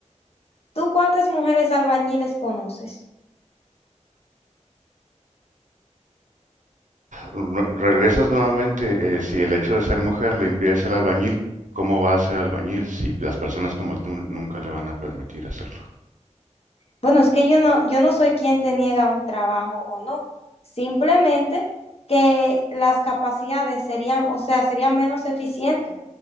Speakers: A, on the left; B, on the right.
A: ¿Tú cuántas mujeres albañiles conoces?
B: Re- Regresas nuevamente, eh, si el hecho de ser mujer le impide ser albañil, ¿cómo va a ser albañil si las personas como tú nunca le van a permitir hacerlo?
A: Bueno, es que yo no, yo no soy quien te niega un trabajo o no, simplemente que las capacidades serían, o sea, serían menos eficientes